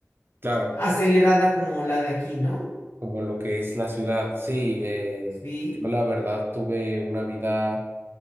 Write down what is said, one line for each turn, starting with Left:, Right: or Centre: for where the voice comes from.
Right: Claro,
Left: acelerada como la de aquí, ¿no?
Right: como lo que es la ciudad, sí, eh,
Left: Sí.
Right: yo la verdad tuve una vida